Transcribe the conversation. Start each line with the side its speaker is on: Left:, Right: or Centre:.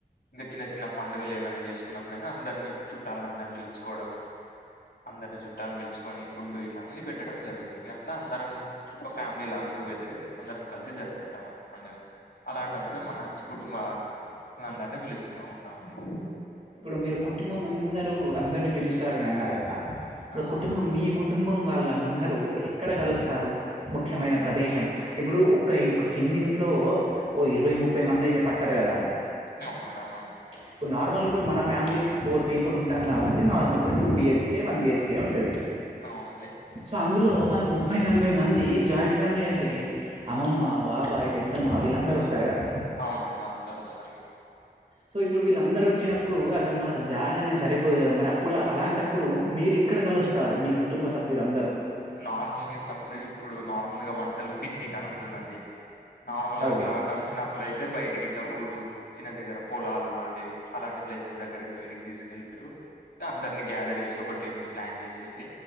Left: ఇంగ చిన్న చిన్న పండుగలు ఏమైనా చేసుకున్నప్పుడైనా అందరినీ చుట్టాలని అందరినీ పిలుచుకోవడం అందరిని చుట్టాలు పిలుచుకొని ఫుడ్ ఇట్ల అన్ని పెట్టడం జరుగుతుంది అట్ల అందరం ఒక ఫ్యామిలీ లాగ టుగెదర్ అయ్యి అందరం కలిసి జరుపుకుంటాం అండి పండగ అలాంటప్పుడే మన కుటుంబ అందరిని పిలుస్తూనే ఉంటామండి
Right: ఇప్పుడు మీరు కుటుంబం అందరూ అందరినీ పిలుస్తారని అన్నారు కద ఇప్పుడు
Left: అవునండి
Right: కుటుంబం మీ కుటుంబం వాళ్ళందరూ ఎక్కడ కలుస్తారు ముఖ్యమైన ప్రదేశం ఇప్పుడు ఒక ఒక చిన్నింట్లో ఓ ఇరవై ముప్పై మంది అయితే పట్టరు కద
Left: ఆ అవునండి అవును
Right: ఇప్పుడు నార్మల్ గా ఇప్పుడు మన ఫ్యామిలీస్ ఫోర్ పీపుల్ ఉంటాం కాబట్టి నార్మల్ గా two B H K one B H K ఉంటది
Left: అవునండి
Right: సో అందులో మనం ముప్పై నలభై మంది జాయింట్ ఫ్యామిలీ అన్ టే అమ్మమ్మ బాబాయ్ పెద్దమ్మ వీళ్ళందరూ వస్తారు గదా
Left: అవునండి వాళ్ళందరూ ఒస్తారిగా
Right: సో ఇప్పుడు వీళ్ళందరూ వచ్చినప్పుడు అసలు మనకు జాగా అనేది సరిపోదు కదా మరి అప్పుడు అలాంటప్పుడు
Left: అవును
Right: మీరే క్కడ కలుస్తారు మీ కుటుంబ సభ్యులందరూ
Left: నార్మల్గా సప్రె ఇప్పుడు నార్మల్గా వంటలు పిక్నిక్ అని ఉంటుందండి నార్మల్
Right: ఓకే
Left: అట్లా కలిసినప్పుడు అయితే బయటికి ఇట్లా ఊరు చిన దగ్గర పొలాలు లాంటివి అలాంటి ప్లేసెస్ దగ్గరకి బయటికి తీసుకెళ్తూ ట్ల అందరినీ గ్యాదర్ చేసి ఒక టెంటు ప్లాన్ చేసేసి